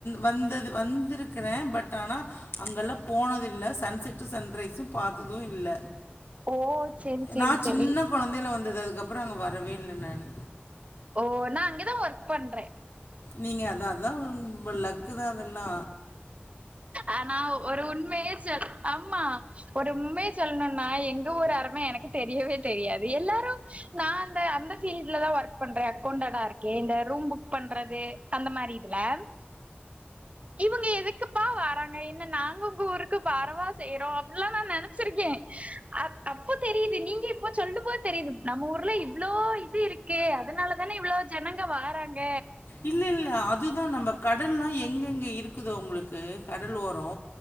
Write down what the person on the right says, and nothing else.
ஓ செரி செரி
செரி
ஓ நா அங்கேதா வர்க் பண்றே
ஆனா ஒரு உண்மையே சொல் ஆமா ஒரு உம்மைய சொல்னுன்னா எங்க ஊர் அரும எனக்கே தெரியவே தெரியாது எல்லாரு நா அந்த அந்த ஃபீல்ட்ல தா வர்க் பண்ற அக்கௌன்டடா இர்க்கே இந்த ரூம் புக் பண்றதே அந்த மாரி இதுலம் இவுங்க எதுக்குப்பா வாறாங்க என்ன நாங்க உங்க ஊருக்கு பாரவாஸ் செய்யறோ அப்படில்லா நா நெனச்சிருக்கே அத் தப்புத் தெரியிது நீங்க இப்போ சொல்லும்போது தெரியுது நம்ம ஊர்ல இவ்ளோ இது இருக்கே அதனால தானே இவ்ளோஜ் ஜனங்க வாறாங்க